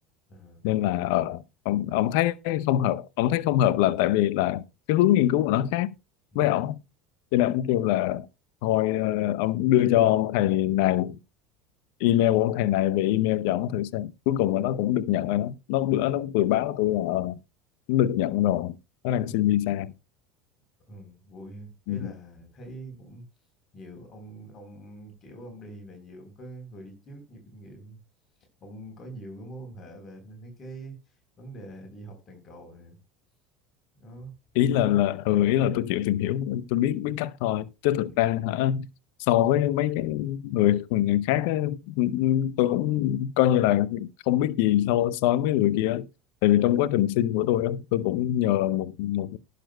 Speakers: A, on the left; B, on the left.
A: ờ,
B: nên là ờ, ông ông thấy không hợp ông thấy không hợp là tại vì là cái hướng nghiên cứu của nó khác
A: ừ.
B: với ông cho nên ông kêu là thôi ờ, ông đưa cho ông thầy này email của ông thầy này về email cho ông thử xem cuối cùng là nó cũng được nhận rồi đó nó bữa nó vừa báo tôi là ờ, nó được nhận rồi nó đang
A: ừ.
B: xin visa
A: Ừ, vui ha. ý
B: ừ.
A: là thấy cũng nhiều ông ông kiểu ông đi về nhiều ông có người đi trước nhiều kinh nghiệm ông có nhiều cái mối quan hệ về mấy cái vấn đề đi học toàn cầu này đó
B: ý là là ừ, ý là tôi chịu tìm hiểu tôi biết biết cách thôi chứ thực
A: ừ,
B: ra hả so với mấy cái người người khác á, ừ, ừ, tôi cũng coi như là không biết gì so so với mấy người kia á. tại vì trong quá trình sinh của tôi á, tôi cũng
A: ừ.
B: nhờ một một